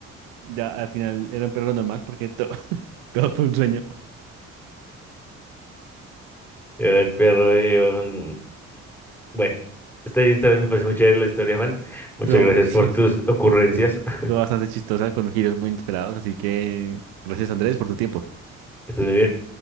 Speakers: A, on the right; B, in the centre.
A: Ya al final era un perro normal porque to- <laughs> todo fue un sueño.
B: Era El perro de un. Bueno, esta historia me parece muy chévere la historia, Juan. Muchas
A: Todo,
B: gracias
A: <laughs>
B: por tus ocurrencias. <laughs>
A: todo bastante chistosa con giros muy inesperados. Así que gracias Andrés por tu tiempo.
B: Que estés muy bien.